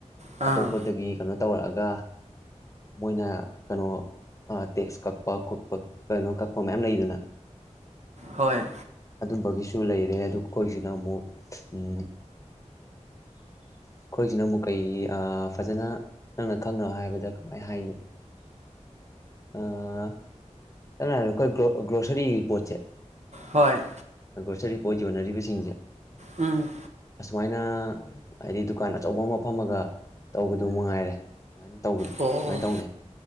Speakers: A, on the right; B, on the left.
A: ꯑꯥ
B: ꯑꯇꯣꯞꯄꯗꯒꯤ ꯀꯩꯅꯣ ꯇꯧꯔꯛꯑꯒ ꯃꯣꯏꯅ ꯀꯩꯅꯣ ꯑꯥ ꯇꯦꯛꯁ ꯀꯛꯄ ꯈꯣꯠꯄ ꯀꯩꯅꯣ ꯀꯛꯄ ꯃꯌꯥꯝ ꯂꯩꯗꯅ
A: ꯍꯣꯏ
B: ꯑꯗꯨꯝꯕꯒꯤꯁꯨ ꯂꯩꯔꯦ ꯑꯗꯨ ꯑꯩꯈꯣꯏꯁꯤꯅ ꯑꯃꯨꯛ ꯎꯝ ꯑꯩꯈꯣꯏꯁꯤꯅ ꯑꯃꯨꯛ ꯀꯩ ꯑꯥ ꯐꯖꯅ ꯅꯪꯅ ꯈꯪꯅꯕ ꯍꯥꯏꯕꯗ ꯀꯃꯥꯏꯅ ꯍꯥꯏꯅꯤ ꯑ ꯁꯝꯅ ꯍꯥꯏꯔꯕꯗ ꯈ‌ꯣꯏ ꯒꯔ‌ꯣ ꯒꯔꯣꯁꯔꯤ ꯄꯣꯠꯁ‌ꯦ
A: ꯍꯣꯏ
B: ꯒ꯭ꯔꯣꯁꯔꯤ ꯄꯣꯠ ꯌꯣꯟꯅꯔꯤꯕꯁꯤꯡꯁꯦ
A: ꯎꯝ
B: ꯑꯁꯨꯃꯥꯏꯅ ꯍꯥꯏꯗꯤ ꯗꯨꯀꯥꯟ ꯑꯆꯧꯕ ꯑꯃ ꯐꯝꯃꯒ ꯇꯧꯕꯗꯨ ꯃꯉꯥꯏꯔꯦ ꯗꯨꯃꯥꯏꯅ ꯇꯧꯕꯗꯣ
A: ꯑꯣ
B: ꯑꯗꯨꯃꯥꯏꯅ ꯇꯧꯅꯩ